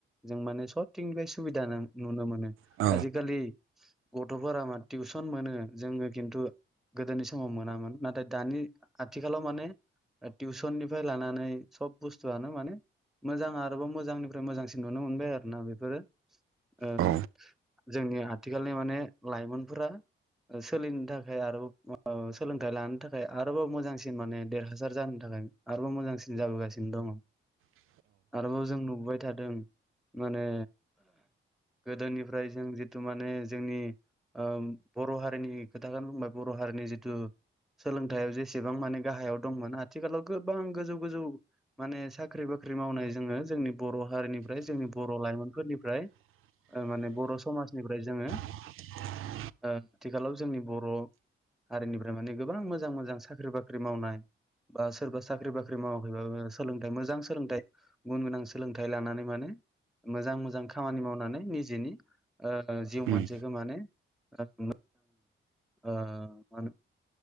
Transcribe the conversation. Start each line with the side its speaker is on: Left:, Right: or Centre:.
Centre: जों माने सबथिंनिफ्राय सुबिदा नुनो मोनो
Right: औ
Centre: आजिखालि गथ'फोरा मा टिउसन मोनो जोङो खिन्थु गोदोनि समाव मोनामोन नाथाय दानि आथिखालाव माने टिउसननिफ्राय लानानै सब बुस्थुआनो माने मोजां आरोबाव मोजांनिफ्राय मोजांसिन नुनो मोनबाय आरो ना बेफोरो ओ
Right: औ
Centre: जोंनि आथिखालनि माने लाइमोनफोरा सोलिनो थाखाय आरोबाव सोलोंथाइ लानो थाखाय आरोबाव मोजांसिन माने देरहासार जानो थाखाय मो आरोबाव मोजांसिन जाबोगासिनो दङ'
Right: औ
Centre: आरोबाव जों नुबोबाय थादों माने गोदोनिफ्राय जों जितु माने जोंनि ओ बर' हारिनि खोथाखौनो बुंबाय बर' हारिनि जिथु सोलोंथायाइयाव जेसेबां माने गाहायाव दंमोन आथिखालाव गोबां गोजौ गोजौ माने साख्रि बाख ख्रि मावनाय जोङो जोंनि बर' हारिनिफ्राय जोंनि बर' लाइमोनफोरनिफ्राय माने बर' समाजनिफ्राय जोङो
Right: <inaudible>
Centre: ओ आथिखालाव जोंनि बर' हारिनिफ्राय माने गोबां मोजां मोजां साख्रि बाख्रि मावनाय बा सोरबा साख्रि बाख्रि मावाखैबाबो सोलोंथाइ मोजां सोलोंथाइ गुन गोनां सोलोंथाइ लानानै माने मोजां मोजां खामानि मावनानै निजेनि ओ जिउ
Right: उम
Centre: मोन मानें <unintelligible> ओ <unintelligible>